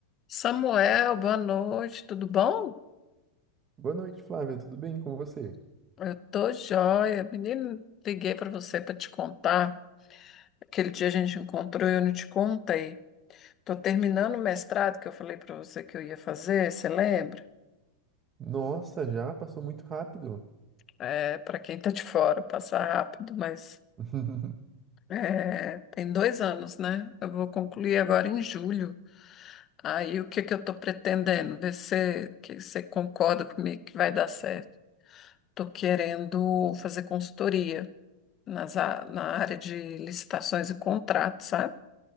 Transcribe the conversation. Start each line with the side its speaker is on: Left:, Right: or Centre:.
Left: Samuel, boa noite, tudo bom?
Right: Boa noite, Flávia. Tudo bem com você?
Left: Eu tô joia. Menino, liguei para você para te contar. Aquele dia a gente encontrou e eu não te contei. Tô terminando o mestrado que eu falei para você que eu ia fazer, você lembra?
Right: Nossa, já passou muito rápido.
Left: É, para quem tá de fora, passa rápido, mas
Right: <laughs>
Left: é, tem dois anos, né? Eu vou concluir agora em julho. Aí o que que eu tô pretendendo? Ver se que você concorda comigo que vai dar certo. Tô querendo fazer consultoria. nas, a- na área de licitações e contratos, sabe?